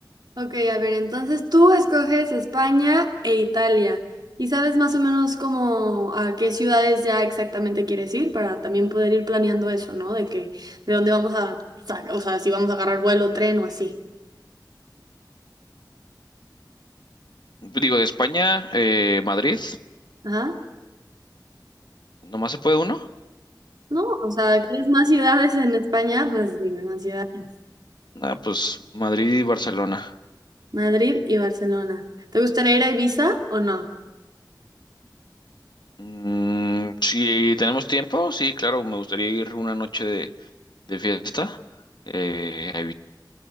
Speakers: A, on the right; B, on the left.
A: Ok, a ver, entonces tú escoges España e Italia y sabes más o menos como a qué ciudades ya exactamente quieres ir para también poder ir planeando eso, ¿no? De que, de dónde vamos a, sa- o sea, si vamos a agarrar vuelo, tren o así.
B: Digo, de España, eh, Madrid,
A: Ajá.
B: ¿nomás se puede uno?
A: No, o sea, ¿quieres más ciudades en España? Pues dime más ciudades.
B: Ah, pues Madrid y Barcelona.
A: Madrid y Barcelona. ¿Te gustaría ir a Ibiza o no?
B: Mm, si tenemos tiempo, sí, claro, me gustaría ir una noche de de fiesta, eh, a